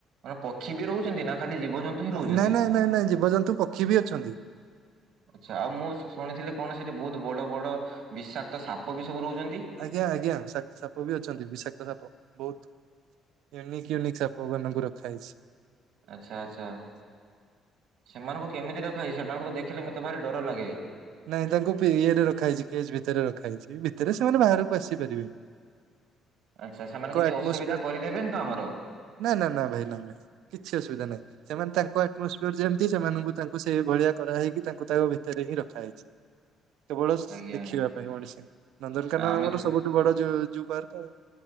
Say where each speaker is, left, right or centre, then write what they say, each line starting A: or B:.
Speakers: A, on the right (about 70°); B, on the right (about 85°).
A: ମାନେ ପକ୍ଷୀ ବି ରହୁଛନ୍ତି। ନା ଖାଲି ଜୀବଜନ୍ତୁ ହିଁ
B: ହଁ
A: ରହୁଛନ୍ତି?
B: ନାଇଁ ନାଇଁ ନାଇଁ ନାଇଁ ଜୀବଜନ୍ତୁ ପକ୍ଷୀ ବି ଅଛନ୍ତି।
A: ଆଛା ଆଉ ମୁଁ ଶୁଣିଥିଲି କଣ ସେଠି ବୋହୁତ ବଡ ବଡ ବିଷାକ୍ତ ସାପ ବି ସବୁ ରହୁଛନ୍ତି।
B: ଆଜ୍ଞା ଆଜ୍ଞା ସା ସାପ ବି ଅଛନ୍ତି ବିଶାକ୍ତ ସାପ ବୋହୁତ। ୟୁନିକ୍ୟୁନିକ୍ ସାପବାନଙ୍କୁ ରଖା ହେଇଛି।
A: ଆଛା ଆଛା ସେମାନଙ୍କୁ କେମିତି ରଖାହେଇଛି? ସେମାନଙ୍କୁ ତ ଦେଖିଲେ ମତେ ଭାରି ଡର ଲାଗେ।
B: ନାଇଁ ତାଙ୍କୁ ପିଇଏରେ ରଖା ହେଇଛି ପେଜ ଭିତରେ ରଖାହେଇଛି। ଭିତରେ ସେମାନେ ବାହାରକୁ ଆସି ପାରିବେନି।
A: ଆଛା ସେମାନେ କିଛି
B: ଆଟମୋସ୍ଫିୟର
A: ଅସୁବିଧା କରିଦେବେନି ତ ଆମର।
B: ନା ନା ନା ଭାଇ ନା ଭାଇ କିଛି ଅସୁବିଧା ନାହିଁ। ସେମାନେ ତାଙ୍କ ଆଟମସଫିୟର ଯେମତି। ସେମାନଙ୍କୁ ତାଙ୍କୁ ସେଇ ଭଳିଆ କରାହେଇକି। ତାଙ୍କୁ ତାଙ୍କ ଭିତରେ ହିଁ ରଖାହେଇଛି। କେବଳ
A: ଆଜ୍ଞା।
B: ଦେଖିବା ପାଇଁ ଓଡିଶା। ନନ୍ଦରକାନ
A: ଆମେ
B: ଆମର ସବୁଠୁ ବଡ ଯୋ ଯୋଉ ପାର୍କେ ଆଉ।